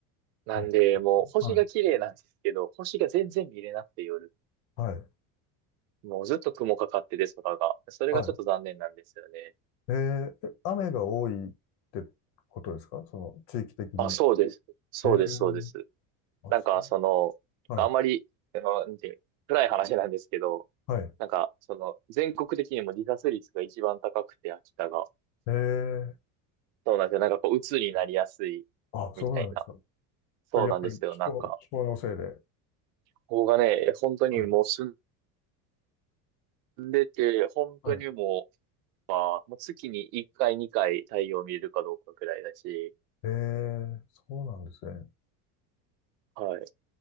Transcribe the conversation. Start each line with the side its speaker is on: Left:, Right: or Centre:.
Right: う。なんで、
Left: お
Right: もう星が綺麗なんですけど、
Left: はい。
Right: 星が全然見れなくて夜。
Left: はい。
Right: もうずっと雲かかってて、空が。それがちょっと残念なんですよね。
Left: はい。えーえ雨が多いってことですかその地域的に。
Right: あ、そうです。そうです、
Left: えー、
Right: そうです。
Left: あ、
Right: なんか、
Left: そう。
Right: その、
Left: はい。
Right: あんまり、あのなんていう、暗い話なんですけど、
Left: はい。
Right: なんか、その、全国的にも自殺率が一番高くて、秋田が。
Left: えー、
Right: そうなんですよ。なんか、こう、鬱になりやすい、
Left: あ、そうなんですか。
Right: みたいな。そうなんですよ。
Left: やっぱり気候、
Right: なんか、
Left: 気候のせいで。
Right: ここがね、本当にもう住
Left: はい。
Right: んでて、本当にも
Left: はい。
Right: う、あもう月に1回、2回太陽見れるかどうかぐらいだし、
Left: えー、そうなんですね。
Right: はい。